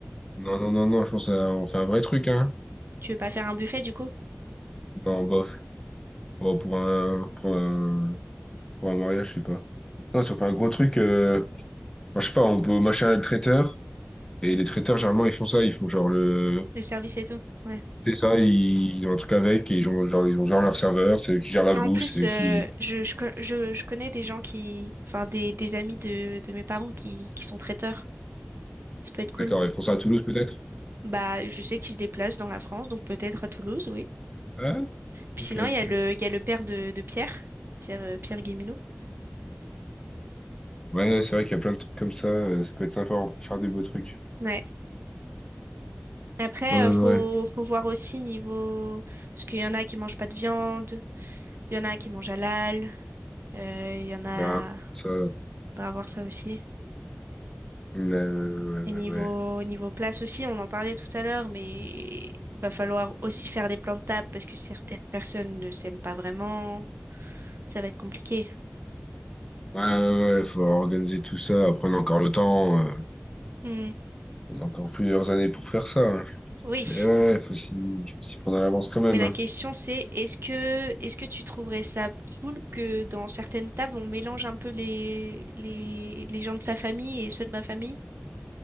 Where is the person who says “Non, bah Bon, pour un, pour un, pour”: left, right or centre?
Left